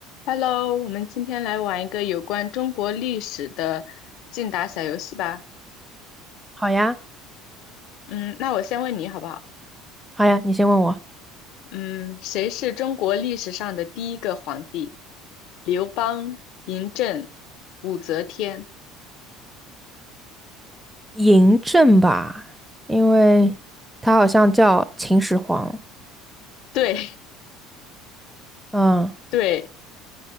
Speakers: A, on the left; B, in the centre.
A: Hello，我们今天来玩一个有关中国历史的竞答小游戏吧。
B: 好呀，
A: 嗯，那我先问你好不好？
B: 好呀，你先问我
A: 嗯，谁是中国历史上的第一个皇帝？刘邦、嬴政、武则天。
B: 嬴政吧，因为他好像叫秦始皇，
A: 对
B: 嗯，
A: <laughs> 对，